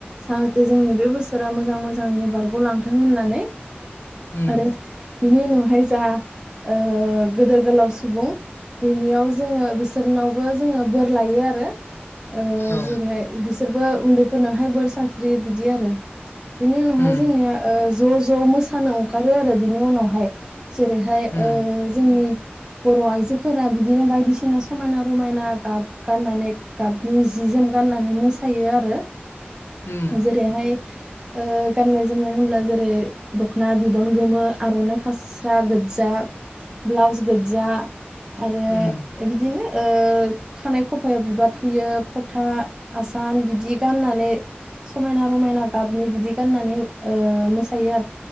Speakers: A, on the right (about 20°); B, on the left (about 80°).
A: जाहाथे जोंनि बे बोसोरा मोजां मोजाङैनो बारग'लांथों होननानै।
B: उम
A: आरो बिनि उनावहाय जा ओ गोदोर गोलाव सुबुं बेनियाव जोङो बिसोरनावबो जोङो बोर लायो आरो। ओ
B: औ
A: जेरैहाय बिसोरबो उन्दैफोरनावहाय बोर सानस्रि बिदि आरो- बेनि उनावहाय
B: उम
A: जोंनिया ज' ज' मोसानो ओंखारो आरो बिनि उनावहाय जेरैहाय
B: उम
A: ओ जोंनि बर' आइजोफोरा बिदिनो बायदिसिना समायना रमायना गाब गाननानै गाबनि जि जि जोम गाननानै मोसायो आरो
B: उम
A: जेरैहाय ओ गाननाय जोमनाय होनब्ला जेरै दख'ना बिदन गोमो आर'नाइ हास्रा गोज्जा ब्लाउस गोजा आरो
B: उम
A: बिदिनो। ओ खानाय खफायाव बिबार थुयो फथा आसान बिदि गाननानै समायना रमायना समायना गाबनि बिदि गाननानै मोसायो